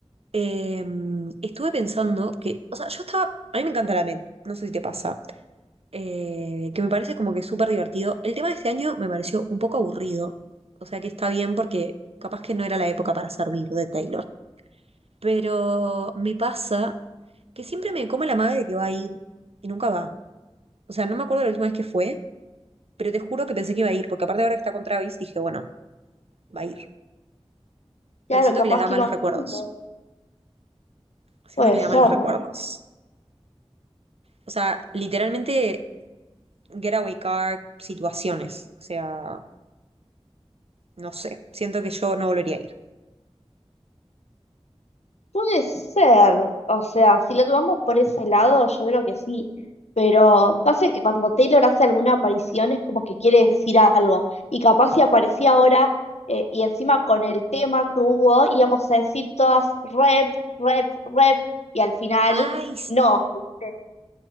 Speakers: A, on the right (about 65°); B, on the left (about 80°).
A: Eh, estuve pensando que, o sea, yo estaba, a mí me encanta la med, no sé si te pasa. eh, que me parece como que súper divertido. El tema de este año me pareció un poco aburrido, o sea que está bien porque capaz que no era la época para servir de Taylor, pero me pasa que siempre me come la madre de que va a ir y nunca va. O sea, no me acuerdo la última vez que fue, pero te juro que pensé que iba a ir, porque aparte ahora que está con Travis dije, bueno, va a ir,
B: Claro,
A: pero siento
B: capaz
A: que le da
B: que
A: malos
B: iban
A: recuerdos,
B: juntos.
A: siento
B: Puede
A: que le
B: ser,
A: da malos recuerdos.
B: ¿no?
A: O sea, literalmente getaway car situaciones, o sea, no sé, siento que yo no volvería a ir.
B: Puede ser, o sea, si lo tomamos por ese lado, yo creo que sí, pero pasa que cuando Taylor hace alguna aparición es como que quiere decir algo, y capaz si aparecía ahora eh, y encima con el tema que hubo, íbamos a decir todas rep, rep, rep, y al final
A: Ay,
B: no, ¿viste?